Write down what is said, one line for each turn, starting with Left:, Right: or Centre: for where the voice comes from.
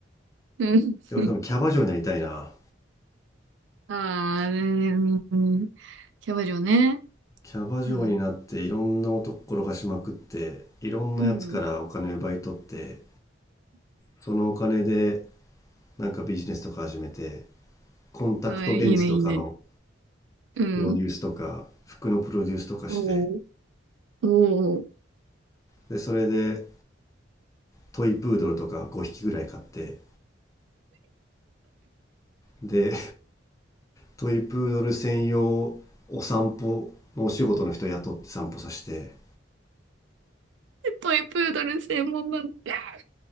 Right: うん。
Left: で、俺多分キャバ嬢になりたいな。
Right: <laughs> ああ、うん、んキャバ嬢ね。
Left: キャバ嬢になっていろんな男転がしまくって、
Right: うん。
Left: いろんなやつからお金を奪い取って、
Right: うん。
Left: そのお金でなんかビジネスとか始めて、コンタクトレンズとかの
Right: あいいね、いいね。うん。
Left: プロデュースとか、服のプロデュースとかして、
Right: おお、おお。
Left: で、それでトイプードルとか5匹ぐらい買って、で、トイプードル専用お散歩のお仕事の人雇って散歩させて、
Right: トイプードル専門なんだ。